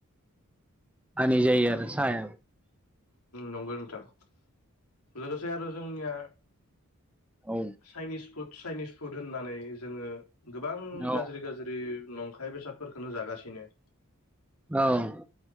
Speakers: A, in the centre; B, on the left.
A: हानि जायो आरो सायाबो
B: नंगौ नोंथां लोगोसे आरो जोंनिया
A: औ
B: चाइनिस फुड चाइनिस फुड होननानै जोङो गोबां
A: औ
B: गाज्रि गाज्रि नंखाय बेसादफोरखौनो जागासिनो।
A: औ